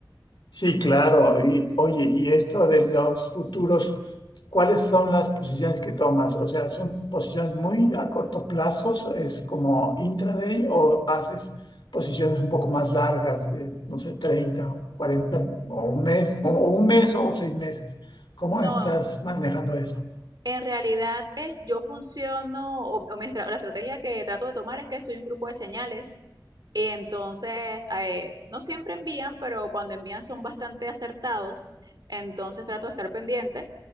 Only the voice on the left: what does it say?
Sí, claro. Y, oye, y esto de los futuros, ¿cuáles son las posiciones que tomas? O sea, ¿son posiciones muy a corto plazo? ¿Es como intraday o haces posiciones un poco más largas de, no sé, 30, o 40 o un mes o, o un mes o seis meses? ¿Cómo
estás manejando eso?